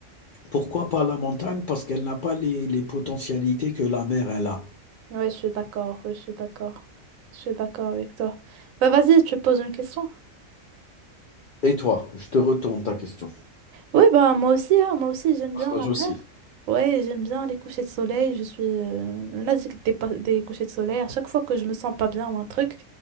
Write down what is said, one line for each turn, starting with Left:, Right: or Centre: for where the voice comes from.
Left: pourquoi pas la montagne? Parce qu'elle n'a pas les les potentialités que la mer, elle a.
Right: Ouais, je suis d'accord, ouais, je suis d'accord. Je suis d'accord avec toi. Bah vas-y, tu poses une question.
Left: Et toi? Je te retourne ta question.
Right: Oui, bah moi aussi, hein, moi aussi j'aime
Left: Tu partages
Right: bien la
Left: aussi.
Right: mer. Ouais, j'aime bien les couchers de soleil. Je suis euh, on a dit que des, pa- des couchers de soleil. À chaque fois que je me sens pas bien ou un truc,